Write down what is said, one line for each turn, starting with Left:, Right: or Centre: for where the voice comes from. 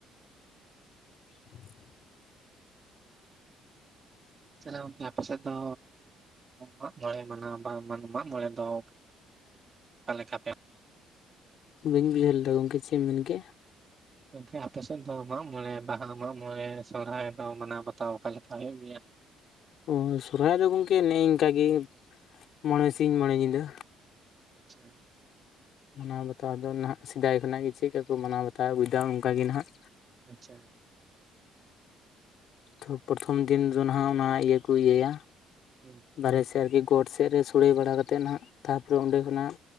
Left: <inaudible>
Right: ᱛᱟᱦᱞᱮ ᱜᱚᱝᱠᱮ ᱟᱯᱮᱥᱮᱫ ᱫᱚᱻ ᱢᱟᱜᱢᱚᱬᱮ ᱢᱟᱱᱟᱣ ᱵᱟᱝ ᱢᱟᱜ ᱢᱚᱬᱮ ᱫᱚ ᱚᱠᱟ ᱞᱮᱠᱟ ᱯᱮ
Left: ᱵᱟᱹᱧ ᱵᱩᱡᱷᱟᱹᱣ ᱞᱮᱫᱟ ᱜᱚᱢᱠᱮ ᱪᱮᱫ ᱮᱢ ᱢᱮᱱᱠᱮᱜ-ᱟ?
Right: ᱜᱚᱢᱠᱮ ᱟᱯᱮ ᱥᱮᱫ ᱫᱚ ᱢᱟᱜ ᱢᱚᱬᱮ, ᱵᱟᱦᱟ ᱢᱟᱜ ᱢᱚᱬᱮ ᱥᱚᱦᱨᱟᱭ ᱫᱚ ᱢᱟᱱᱟᱣ ᱵᱟᱛᱟᱣ ᱚᱠᱟ ᱞᱮᱠᱟ ᱦᱩᱭᱩᱜ ᱜᱮᱭᱟ?
Left: ᱚ ᱥᱚᱦᱨᱟᱭ ᱫᱚ ᱜᱚᱝᱠᱮ ᱱᱮᱜᱼᱱᱤᱝᱠᱟ ᱜᱮ ᱢᱚᱬᱮ ᱥᱤᱧ ᱢᱚᱬᱮ ᱧᱤᱫᱟᱹ
Right: ᱟᱪᱪᱷᱟ
Left: ᱢᱟᱱᱟᱣ ᱵᱟᱛᱟᱣ ᱫᱚ ᱱᱟᱦᱟᱜ ᱥᱮᱫᱟᱭ ᱠᱷᱚᱱᱟᱜ ᱜᱮ ᱪᱮᱫ ᱞᱮᱠᱟ ᱠᱚ ᱢᱟᱱᱟᱣ ᱵᱟᱛᱟᱣ ᱵᱩᱡᱷᱟ ᱚᱱᱠᱟ ᱜᱮ ᱱᱟᱦᱟᱜ
Right: ᱟᱪᱪᱷᱟ
Left: ᱛᱚ ᱯᱨᱚᱛᱷᱚᱢ ᱫᱤᱱ ᱫᱚ ᱱᱟᱜ ᱚᱱᱟ ᱤᱭᱟᱹ ᱠᱚ ᱤᱭᱟᱹᱭᱟ
Right: ᱦᱩᱸ
Left: ᱵᱟᱨᱦᱮ ᱥᱮᱫ ᱜᱚᱴ ᱥᱮᱮᱫ ᱨᱮ ᱥᱳᱲᱮ ᱵᱟᱲᱟ ᱠᱟᱛᱮᱫ ᱜᱮ ᱱᱟᱜ ᱛᱟᱨᱯᱚᱨᱮ ᱚᱸᱰᱮ ᱠᱷᱚᱱᱟᱜ